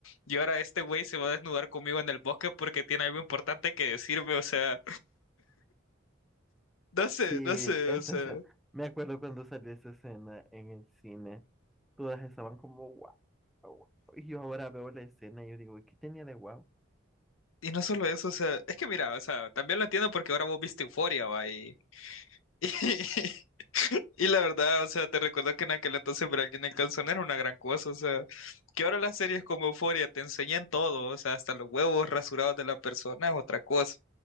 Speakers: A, on the left; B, in the centre.
A: Y ahora este güey se va a desnudar conmigo en el bosque porque tiene algo importante que decirme. O sea, no sé,
B: Sí,
A: no sé,
B: esa
A: o sea.
B: escena. Me acuerdo cuando salió esa escena en el cine. Todas estaban como wow, wow. Y yo ahora veo la escena y yo digo, ¿qué tenía de wow?
A: Y no solo eso, o sea, es que mira, o sea, también lo entiendo porque ahora vos viste Euforia, va, y, <laughs> Y la verdad, o sea, te recuerdo que en aquel entonces ver a alguien en calzón era una gran cosa, o sea, que ahora las series como Euforia te enseñan todo, o sea, hasta los huevos rasurados de la persona es otra cosa.